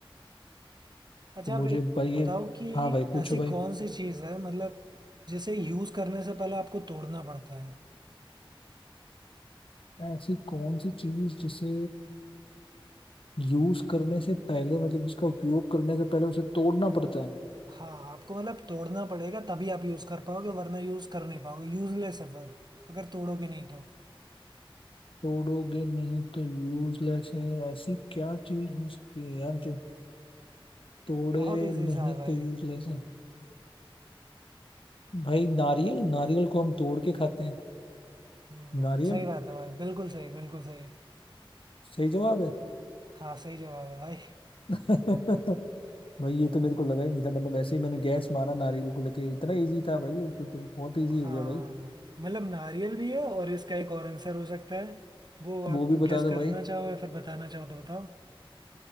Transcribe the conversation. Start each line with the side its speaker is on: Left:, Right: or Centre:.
Right: अच्छा
Left: तो मुझे
Right: आप एक
Left: भाई ये
Right: बताओ कि
Left: हाँ भाई पूछो
Right: ऐसी
Left: भाई
Right: कौन सी चीज़ है मतलब जिसे यूज़ करने से पहले आपको तोड़ना पड़ता है
Left: ऐसी कौन सी चीज जिसे यूज करने से पहले मतलब इसका उपयोग करने से पहले उसे तोड़ना पड़ता है
Right: हाँ आपको मतलब तोड़ना पड़ेगा तभी आप यूज़ कर पाओगे वरना यूज़ कर नहीं पाओगे यूजलेस है फिर अगर तोड़ोगे नहीं तो
Left: तोड़ोगे नहीं तो यूजलेस है ऐसी क्या चीज हो सकती है यार जो तोड़े
Right: बहुत ईजी
Left: नहीं
Right: सा है भाई
Left: तो यूजलेस है भाई नारियल नारियल को हम तोड़ के खाते हैं
Right: हम्म
Left: नारियल
Right: सही बात है भाई बिल्कुल सही बिल्कुल सही
Left: सही जवाब है
Right: हाँ सही जवाब है भाई
Left: <laughs> भाई ये तो मेरे को लगा ही नहीं था मतलब वैसे ही मैंने गैस मारा नारियल को लेके इतना इजी था भाई ये तो, तो बहुत इजी
Right: हाँ
Left: हो गया भाई
Right: मतलब नारियल भी है और इसका एक और आंसर हो सकता है वो आप
Left: वो भी
Right: गेस
Left: बता दो
Right: करना
Left: भाई
Right: चाहो या फिर बताना चाहो तो बताओ